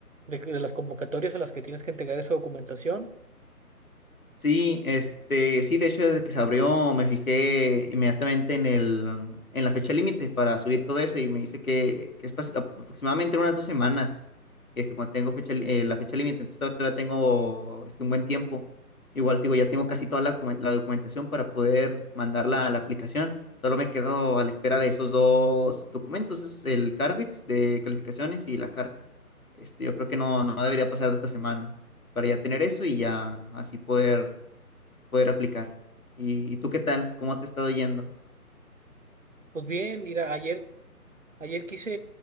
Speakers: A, on the right; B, on the left.
A: de, de las convocatorias a las que tienes que entregar esa documentación?
B: Sí, este, sí, de hecho, desde que se abrió me fijé inmediatamente en el, en la fecha límite para subir todo eso y me dice que, que es básica- aproximadamente en unas dos semanas, este, cuando tengo fecha, li- eh, la fecha límite, entonces todavía todavía tengo este, un buen tiempo. Igual, te digo, ya tengo casi toda la, docu- la documentación para poder mandarla a la aplicación, solo me quedo a la espera de esos dos documentos, es el CARDEX de calificaciones y la carta. Este, yo creo que no, no debería pasar de esta semana para ya tener eso y ya así poder poder aplicar. ¿Y, y tú qué tal? ¿Cómo te ha estado yendo?
A: Pues bien, mira, ayer, ayer quise,